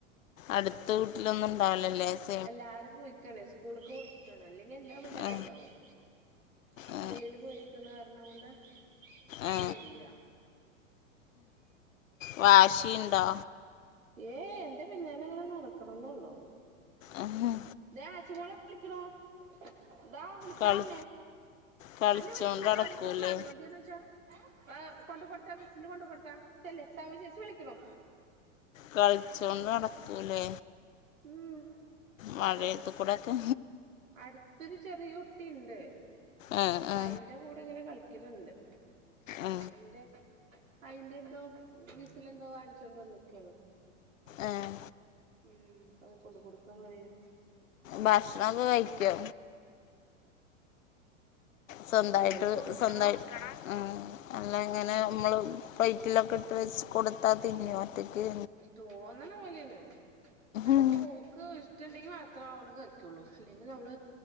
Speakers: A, on the left; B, on the right.
A: അടുത്ത വീട്ടിലൊന്നും ഉണ്ടാവില്ലല്ലേ സ്
B: എല്ലാരും പോയിക്ക്ണ് സ്കൂളിലക്ക് പോയിക്കണ് അല്ലെങ്കിൽ എല്ലാ പിള്ളേരുണ്ടവും.
A: ആ
B: സ്കൂളില്
A: ആ
B: പോയിരിക്കുന്ന കാരണം കൊണ്ട്
A: ആ ആ
B: ആരുല്ല.
A: വാശിയിണ്ടോ?
B: ഏയ് എന്റെ പിന്നേലൊ ഇങ്ങനെ നടക്കണം ന്നള്ളു
A: ആഹ് ആഹ്
B: ദോ ആച്ചി മോളെ വിളിക്കണു ന്താ വിളിക്കുണു
A: കളി
B: അന്നെ
A: കളിച്ചോണ്ട്
B: അന്നെ വിളിക്കണു
A: നടക്കൂലേ
B: സാമി ചേച്ചി വിളിക്ക് എച്ചാ ആ കൊണ്ട കൊടുത്താ വിസ്ല് കൊണ്ട് കൊടുത്താ ചെല്ല് സമ ചേച്ചച്ച് വിളിക്കണോ
A: കളിച്ചോണ്ട് നടക്കൂലേ
B: ഉം
A: മഴയത്ത്
B: അടു
A: കൂടൊക്കെ
B: അടുത്തൊരു ചെറിയ കുട്ടി യുണ്ട് അപ്പം
A: ആ ആ
B: അയിന്റെ കൂടെ ഇങ്ങനെ കളിക്ക്ണ് ഇണ്ട്
A: ആ
B: അയിന്റെ അയിന്റെ എന്തോ വിസല് എന്തോ വാങ്ങിച്ചോണ്ട് വന്നക്കാണ്
A: ഏഹ്
B: ഉം അത് കൊണ്ട് കൊടുക്കാന്ന് പറയാ
A: ഭക്ഷണം ഒക്കെ കഴിക്കോ സ്വന്തമായിട്ട്
B: ഇമ്പൾക്ക് കൊടുക്കണം
A: സ്വന്ത ഉം അല്ല ഇങ്ങനെ നമ്മള് പ്ലേറ്റിലൊക്കെ ഇട്ട് വെച്ച് കൊടുത്താ തിന്നോ ഒറ്റക്ക്.
B: തോന്ന്ണ പോലോണ് അത്
A: ഉം
B: പോക്ക് ഇഷ്ടം ഇട്ടുണ്ടെങ്കിൽ മാത്രം അവള് കഴിക്കുള്ളൂ ഇല്ലെങ്കിൽ നമ്മൾ